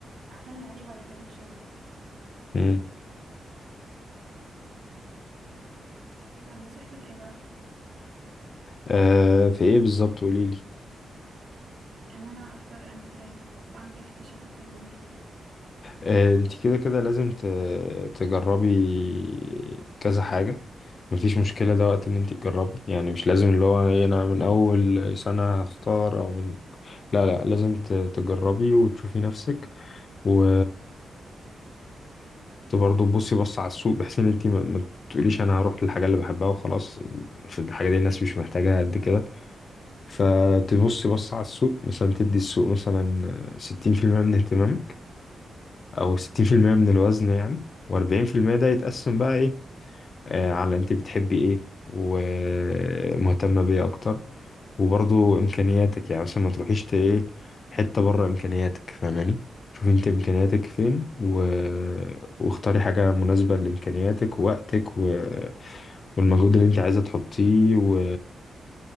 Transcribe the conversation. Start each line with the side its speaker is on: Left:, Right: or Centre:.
Right: اعتمد عليه بعد كده في شغلي
Left: مم.
Right: فنصيحتك ايه بقى
Left: آه في ايه بالظبط قوليلي
Right: ان انا اختار انهي تراك واعمل ايه في التشتت اللي انا فيه ده
Left: آه انت كده كده لازم ت- تجربي كذا حاجة مفيش مشكلة ده وقت ان انت تجربي يعني مش لازم اللي هو إيه انا من اول سنة هختار او من لا لا لازم ت- تجربي وتشوفي نفسك و ت- برضه تبصي بص على السوق بحيث ان انت ما ما تقوليش انا هروح للحاجة اللي بحبها وخلاص في الحاجة دي الناس مش محتاجاها قد كده فتبصي بص على السوق مثلا تدي السوق مثلا ستين في المية من اهتمامك او 60% من الوزن يعني و40% ده يتقسم بقى ايه آه على انت بتحبي ايه ومهتمة بيه اكتر وبرضو امكانياتك يعني مثلا ما تروحيش ت- ايه حتة بره امكانياتك فاهماني شوفي انت امكانياتك فين و... واختاري حاجة مناسبة لامكانياتك ووقتك و... والمجهود اللي انت عايزة تحطيه و...